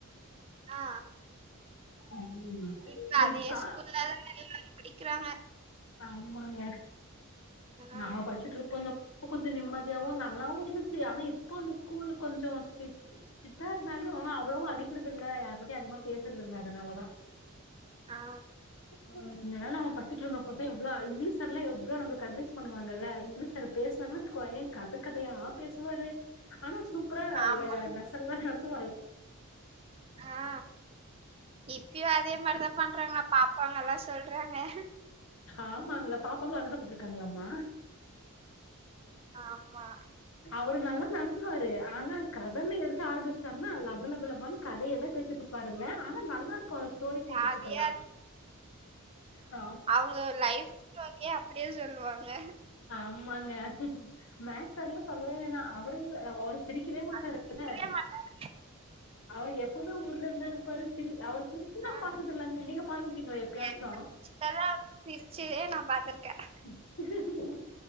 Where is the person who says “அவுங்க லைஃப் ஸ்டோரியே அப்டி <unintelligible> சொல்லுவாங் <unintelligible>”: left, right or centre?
Right